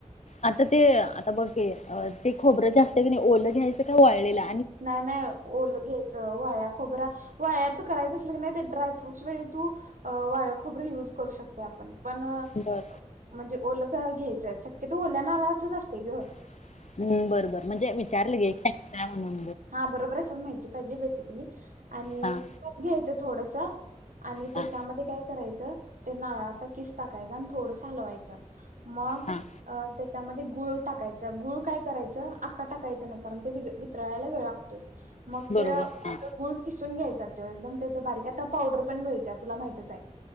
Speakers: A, on the left; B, on the right.
A: आता ते आता बघू. ते अ ते खोबरं जास्त ओलं घ्यायचं का वाळलेला.
B: नाही नाही ओल घ्यायच वाळा खोबरा वाळयाचं करायचं असलं कनी ते ड्रायफ्रूट्स वेळी तू अं वाळ खोबर युज करू शकतय आपण. पण अं
A: बर
B: म्हणजे ओलं अ घ्यायचंय शक्यतो ओल्या नाराळाच असते की ओ.
A: <unintelligible>
B: हा बरोबर असून माहितीयं. पाहिजे बेसिकली. आणि
A: हा
B: तूप घ्यायच. थोडंसं. आणि त्याच्यामध्ये
A: हा
B: काय कराय ते नारळाचा किस टाकायचा आणि थोडं हलवायचं. मग
A: हा
B: अं. त्याच्यामध्ये गुळ टाकायचं गुळ काय करायचं, आका टाकायचं नाही कारण ते विघ तळायला वेळ लागतो. मग
A: बरोबर
B: ते असं
A: हा
B: गुळ किसून घ्याय चालतोय एकदम त्याचं बारीक आता पावडर पण मिळाला, तुला माहीतच हाय.